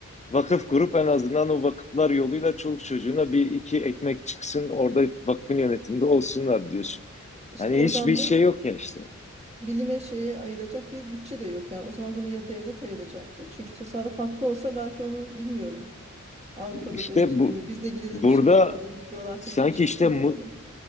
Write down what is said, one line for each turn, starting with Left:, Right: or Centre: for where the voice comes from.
Left: Vakıf kurup en azından o vakıflar yoluyla çoluk çocuğuna bir iki ekmek çıksın orada vakfın yönetiminde olsunlar diyorsun.
Right: İşte
Left: Yani
Right: oradan
Left: hiçbir şey
Right: da
Left: yok ya işte.
Right: bilime şeye ayıracak bir bütçe de yok. Yani o zaman bunu ya devlet ayıracaktı. Çünkü tasarruf hakkı olsa belki onu bilmiyorum. Avrupa'daki
Left: İşte bu
Right: gibi biz de gidelim
Left: burada
Right: şey yapalım. Bir coğrafya
Left: sanki
Right: keşfe
Left: işte
Right: katılalım.
Left: mu-